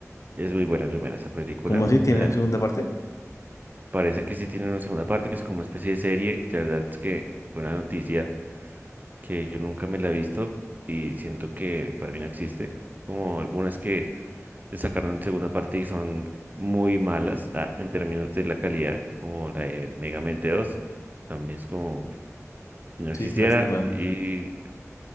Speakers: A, on the right; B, on the left.
A: es muy buena, es muy buena esa película.
B: Como así, tiene
A: La-
B: segunda parte.
A: parece que sí tiene una segunda parte, que es como una especie de serie. La verdad es que fue una noticia que yo nunca me la he visto y siento que para mí no existe. Como algunas que le sacaron segunda parte y son muy malas ah, en términos de la calidad, como la de Megamente dos también es como si no existiera
B: Sí, qué lástima.
A: y